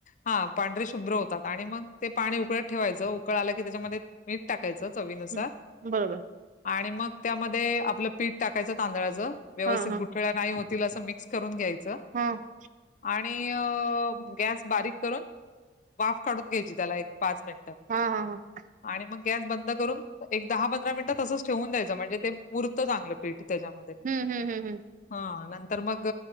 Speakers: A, on the left; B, on the right.
A: हा पांढरे शुभ्र होतात आणि मग ते पाणी उकळत ठेवायचं उकळ आलं की त्याच्यामध्ये मीठ टाकायच चवीनुसार
B: हम्म बरोबर
A: आणि मग त्यामध्ये ध्ये आपलं पीठ टाकायचं तांदळा्याच व्यवस्थित
B: हा हा
A: गुठळ्या नाही होतील असं मिक्स करून घ्यायचं.
B: हम
A: आणि गॅस बारीक करून वाफ काढून घ्यायची त्याला एक पाच मिनिटं
B: हा हा हा
A: आणि मग गॅस बंद करून एक दहा पंधरा मिनिटात तसंच ठेवून द्यायचं म्हणजे ते मूर्त चांगलं पीठ त्याच्यामध्ये
B: हम्म हम्म हम्म हम्म
A: हा नंतर मग